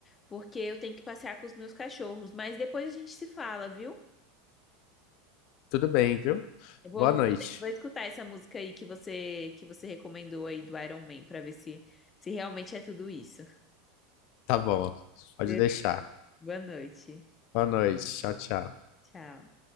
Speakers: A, on the left; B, on the left.
A: porque eu tenho que passear com os meus cachorros, mas depois a gente se fala, viu?
B: Tudo bem, viu?
A: Eu vou,
B: Boa noite.
A: vou, ter- vou escutar essa música aí que você que você recomendou aí do Iron Man pra ver se se realmente é tudo isso.
B: Tá bom, pode
A: Beleza.
B: deixar.
A: Boa noite.
B: Boa noite, tchau, tchau.
A: Tchau.